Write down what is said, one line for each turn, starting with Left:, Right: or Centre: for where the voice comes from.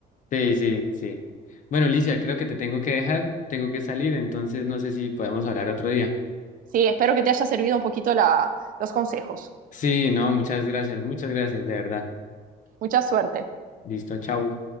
Left: sí, sí, sí. Bueno, Licia, creo que te tengo que dejar, tengo que salir, entonces no sé si podemos hablar otro día.
Right: Sí, espero que te haya servido un poquito la- los consejos.
Left: Sí, no, muchas gracias, muchas gracias, de verdad.
Right: Mucha suerte.
Left: Listo, chao.